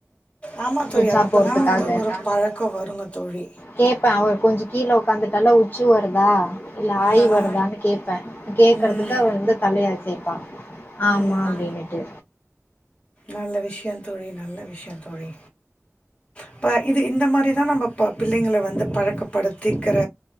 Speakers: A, on the left; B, on the left.
A: ஆமாம் தோழி
B: உச்சா
A: அது அப்போ
B: போறதுக்காக
A: தான் வந்து ஒரு பழக்கம் வருங்க தோழி
B: கேட்பேன் அவ கொஞ்சம் கீழே உக்காந்துட்டால உச்சு வருதா இல்ல ஆய்
A: ஆ
B: வருதான்னு
A: ஆ
B: கேப்பேன் கேக்குறதுக்கு
A: ம்
B: வந்து தலயா அசைப்பா ஆமா
A: ம்
B: அப்படின்னுட்டு
A: நல்ல விஷயம் தோழி நல்ல விஷயம் தோழி இப்போ இது இந்த மாதிரி தா நம்ம பிள்ளைங்க வந்து பழக்கப்படுத்திக்கிற